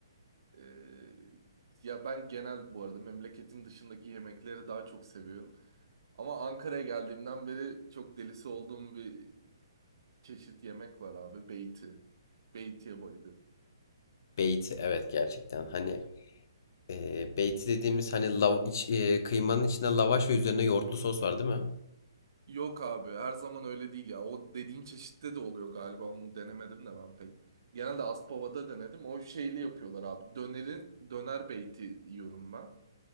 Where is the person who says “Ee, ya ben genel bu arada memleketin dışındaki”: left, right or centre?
Right